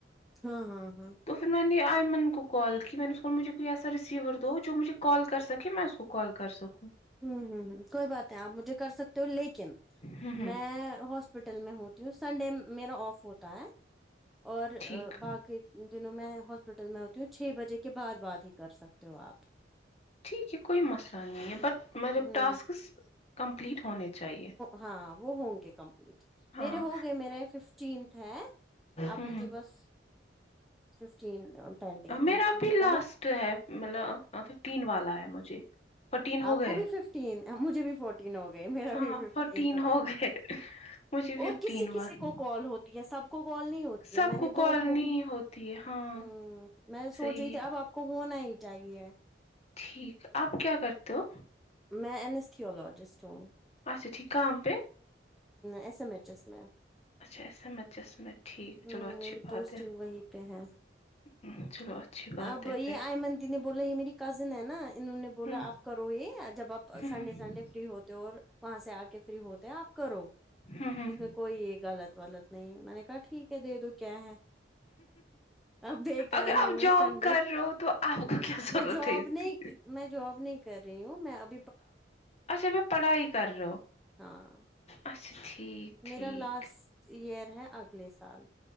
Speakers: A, in the centre; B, on the left (about 35°).
A: ہاں ہاں ہاں
B: تو پھر میں نے آئی من کو کال کی میں نے اس کو مجھے کوئی ایسا رسیور دو جو مجھے کال کر سکے میں اس کو کال کر سکوں
A: ہوں ہوں ہ کوئی بات نہیں آپ مجھے کر سکتے ہو لیکن
B: ہوں ہوں
A: میں ہاسپٹل میں ہوں سنڈے میرا آف ہوتا ہے اور
B: ٹھیک
A: باقی دنوں میں ہاسپٹل میں ہوتی ہوں چھ بجے کے بعد بعد ہی کر سکتے ہو آپ
B: ٹھیک ہے کوئی مسئلہ نہیں ہے بٹ مطلب
A: ہوں
B: ٹاسکس کمپلیٹ ہونے چاہیے
A: ہاں وہ ہوں گے کمپلیٹ
B: ہاں
A: میرے ہو گئے میرا یہ ففٹینتھ ہے اب
B: ہوں
A: مجھے
B: ہوں
A: بس ففٹین پینڈنگ
B: آ، میرا
A: ہے
B: ابھی
A: بتاا
B: لاسٹ ہے مطلب ففٹین والا ہے مجھے فورٹین ہو
A: آپ
B: گئے
A: کو بھی ففٹین مجھے بھی فورٹین ہو گئے میرا
B: ہاں
A: بھی ففٹین
B: فورٹین
A: والا
B: ہو گئے
A: ہے
B: مجھے ففٹین
A: اور کسی کسی
B: وال
A: کو کال ہوتی ہے سب کو کال نہیں ہوتی
B: سب
A: ہے میں نے
B: کال
A: دو کو
B: نہیں ہوتی ہے ہاں
A: ہ میں سوچ
B: صحیح
A: رہی
B: ہے۔
A: تھی اب آپ کو کو ہونا ہی چاہیے
B: ٹھیک آپ کیا کرتے ہو
A: میں اینستھیزیالوجسٹ ہوں
B: اچا ٹھیک کم پ
A: ایس ایم ایچ ایس میں
B: اچھا ایس ایم ایچ ایس میں ٹھیک
A: ہمم
B: چلو اچھی
A: میری
B: بات
A: پوسٹنگ
B: ہے
A: وہی پہ ہے
B: ہم، چلو اچھی بات
A: اب
B: ہے
A: یہ
B: پھر
A: آئمنتی نے بولا یہ میری کزن ہے نا انہوں نے بولا
B: ہم،
A: آپ کرو یہ جب آپ
B: ہم،
A: سنڈے
B: ہم،
A: سنڈے فری ہوتے اور وہاں سے آ کے فری ہوتے ہیں آپ کرو
B: ہم، ہم۔
A: اس میں کوئی غلط غلط نہیں ہے میں نے کہا ٹھیک ہے دے دو کیا ہے اب بیکار
B: اگر
A: ہی
B: آپ
A: ہوں میں
B: جاب
A: سنڈے
B: کر رہے ہو تو آپ کو کیا ضرورت
A: میں جاب
B: ہے اس
A: نہیں
B: کی
A: میں جاب نہیں کر رہی ہوں میں اب
B: اچھا میں پڑھائی کر رہ ہو
A: ہاں
B: اچھا ٹھیک
A: میرا
B: ٹھیک
A: لاسٹ ایئر ہے اگلے سال